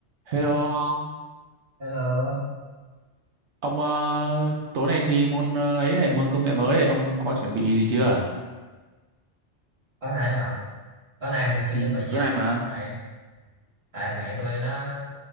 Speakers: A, on the right; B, on the right.
A: Hello ông,
B: Hello,
A: ông ờ, tối nay thi môn ờ, ấy này, môn công nghệ mới này, ông có chuẩn bị gì chưa?
B: tối nay hả? Tối nay tôi chưa
A: Ừ,
B: chuẩn bị gì
A: tối
B: á.
A: nay mà.
B: Tại tại thằng bạn tôi nó